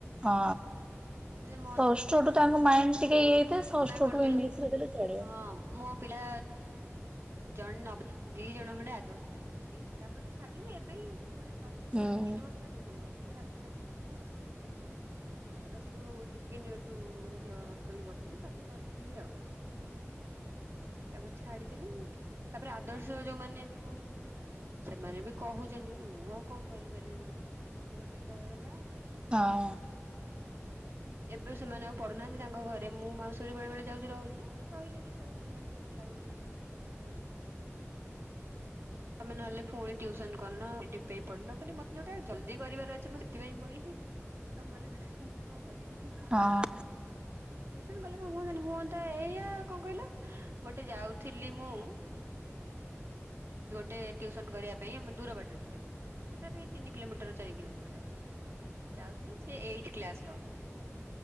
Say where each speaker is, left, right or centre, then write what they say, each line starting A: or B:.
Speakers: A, on the right; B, on the right.
A: ହଁ
B: ହେଲେ
A: ପଷ୍ଟଠୁ ତାଙ୍କ ମାଇଣ୍ଡ ଟିକେ ଇଏ ହେଇଥାଏ
B: ମନା
A: ଷଷ୍ଠଠୁ
B: କରିଦେଲି
A: ଇଂଲିଶରେ ଦେଲେ ଚଳିବ।
B: ହଁ ମୋ ପିଲା ଜଣେ ନବ ଦି ଜଣ ଖଣ୍ଡେ ଆଦର୍ଶ ପାଇଛନ୍ତି ତାପରେ ତ ଛାଡ଼ିଲୁ ଏବେ ମାନେ ପ୍ରସ୍ ତାପରେ
A: ହୁଁ।
B: ତିନି ବର୍ଷ ହେଲା ଟିଉସନ୍ କରିଥିଲି ତାପରେ ଛାଡ଼ିଦେଲି ଆଉ। ପ୍ଲସ ଟୁ ସେକେଣ୍ଡ ୟିଅର୍ ଠୁ ଏମତି ଅଳ୍ପ କି କରୁଥିଲି ତାପରେ କରୁଥିଲି ଆଉ। ତାପରେ ଛାଡ଼ିଦେଲି ତାପରେ ଆଦର୍ଶ ଯୋଉମାନେ ଏବେ ପଢ଼ୁଛନ୍ତି ସେମାନେ ବି କହୁଛନ୍ତି ମୁଁ ଆଉ କଣ କରିପାରିବି କହୁନ ଏମିତି ତ ହେଲା।
A: ହଁ।
B: ଏବେ ସେମାନେ ଆଉ ପଢ଼ୁ ନାହାନ୍ତି ତାଙ୍କ ଘରେ ମୁଁ ମାଉସୀ ଘରେ ବେଳେବେଳେ ଯାଉଛି ରହୁଛି ନା ରହିଲିଣି ଏତେ ବର୍ଷ ହେଲାଣି। ଭଲ ଲାଗୁନି କି ପଳେଇଆସିବ। ତମେ ନହେଲେ ଫୁଣି ଟ୍ୟୁସନ କରୁନ ସେଥିଇ ପାଇଁ ପଳେଇଲ ବୋଲି ମତେ ଯୋଉଟା ଜଲ୍ଦି କରିବାର ଅଛି ମୁଁ ସେଥିପାଇଁ ପଢ଼ିବି। ମୁଁ ତମ ମାନଙ୍କ କଥା ଶୁଣିକି କଣ କରିବି।
A: ହଁ।
B: ଟିୟୁସନ କଲେ କଣ ହୁନ୍ତାନି ହୁଅନ୍ତା ଏଇଆ କଣ କହିଲ? ଗୋଟେ ଯାଉଥିଲି ମୁଁ
A: <inaudible>
B: ଟେ ଟ୍ୟୁସନ କରିବା ପାଇଁ ଆମ ଦୂର ବାଟ ଟିକେ। ତଥାପି ତିନି କିଲୋମିଟର ଚାରି କିଲୋମିଟର ଭଳିଆ ହବ ଯାଉଥିଲି ସିଏ ଏଇଟ୍ କ୍ଲାସ ର।